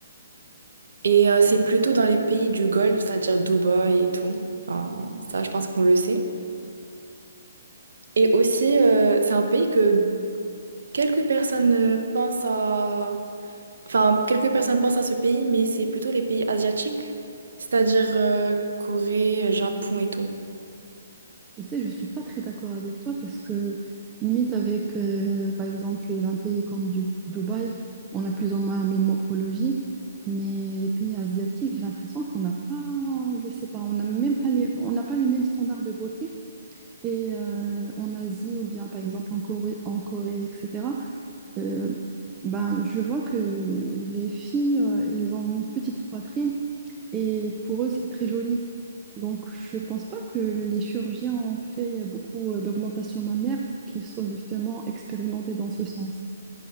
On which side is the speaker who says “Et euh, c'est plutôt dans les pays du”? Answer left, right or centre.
Right